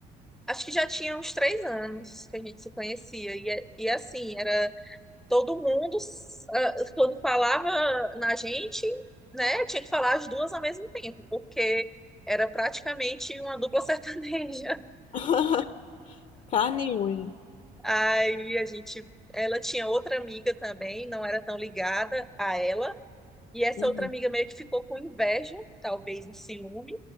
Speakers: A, in the centre; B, on the left.
A: acho que já tinha uns três anos que a gente se conhecia. E, é- e assim, era todo mundo, ah, quando falava na gente, né? Tinha que falar as duas ao mesmo tempo, porque era praticamente uma dupla sertaneja.
B: <laughs> Carne e unha.
A: <laughs> Aí a gente. Ela tinha outra amiga também, não era tão ligada a ela, E essa
B: Uhum.
A: outra amiga meio que ficou com inveja, talvez um ciúme,